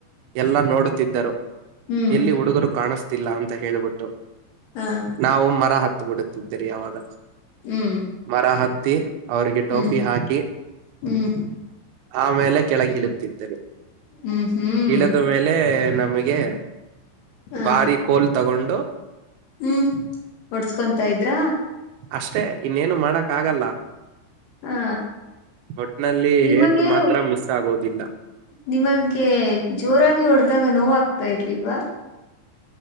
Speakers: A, on the right; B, on the left.
A: ಎಲ್ಲಾ ನೋಡುತ್ತಿದ್ದರು
B: ಹ್ಮ್
A: ಎಲ್ಲಿ ಹುಡುಗರು ಕಾಣತ ಗೊತ್ತ ಅಂತ ಹೇಳೇಳ್ಬಿಟ್ಟು
B: ಹಾ
A: ನಾವು ಮರ ಹತ್ತು ಬಿಡುತ್ತಿದ್ದರಿ ಯಾವಾಗ
B: ಹ್ಮ್
A: ಕ ಹತ್ತ ಅವ್ರಿಗೆ ಟೋಪಿ
B: ಹ್ಮ್
A: ಹಾಕಿ
B: ಹ್ಮ್
A: ಆಮೇಲೆ ಕೆಳಗೆ ಇಳುತ್ತಿದ್ದರಿ
B: ಹ್ಮ್ ಹ್ಮ್
A: ಇಳಿದ ಮೇಲೆ ನಮ್ಮ ನಮಗೆ
B: ಹ
A: ಬಾರಿ ಕೋಲ್ ತಗೊಂಡು
B: ಹ್ಮ್ ಒಡ್ಸ್ಕೊಂತ ಇದ್ರ
A: ಅಷ್ಟೇ ಇನ್ನೇನು ಮಾಡಕ್ ಆಗಲ್ಲ
B: ಹಾ
A: ಒಟ್ನಲ್ಲಿ
B: ನಿಮಗೆ
A: ಏಟು ಮಾತ್ರ ಮಿಸ್ ಆಗೋದಿಲ್ಲ
B: ನಿಮಗೆ ಜೋರಾಗಿ ಹೊಡೆ್ದ ಇದಾಗ ನೋವ ಆಗ್ತಾ ಇರ್ಲಿಲ್ವಾ